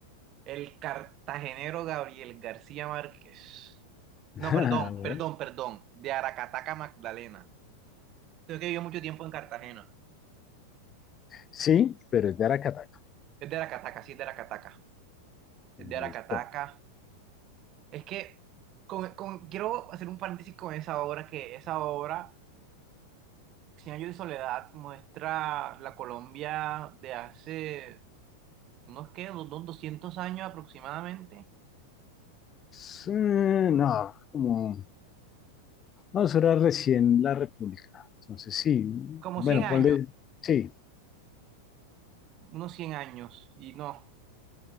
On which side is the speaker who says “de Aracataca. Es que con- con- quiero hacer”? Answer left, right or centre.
Right